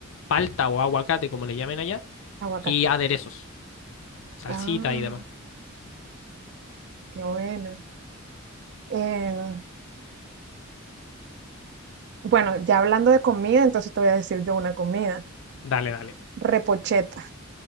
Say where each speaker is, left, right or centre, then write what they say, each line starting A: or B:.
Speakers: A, on the left; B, on the right.
A: palta o aguacate, como le llamen allá,
B: aguacate.
A: y aderezos, salsita
B: Ah,
A: y demás.
B: qué bueno. Eh, bueno, ya hablando de comida, entonces te voy a decir yo una comida.
A: Dale, dale.
B: Repocheta.